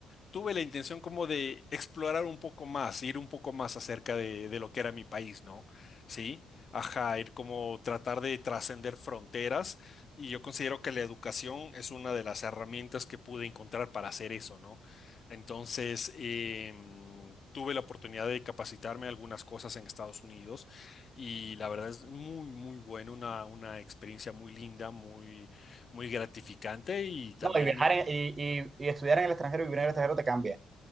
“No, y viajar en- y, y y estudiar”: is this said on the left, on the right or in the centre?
Right